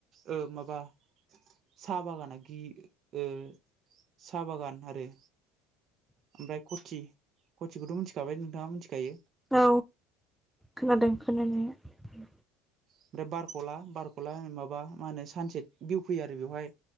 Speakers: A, on the right; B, in the centre.
A: ओ माबा साहा बागाना गि ओ साहा बागान आरो ओमफ्राय कथि कथिखौथ मिथिखाबाय नोंथाङा मिथिखायो
B: औ खोनादों खोनानाया
A: ओमफ्राय बारखला बारखला माबा मा होनो सानसेट भिउ फैयो आरो बेवहाय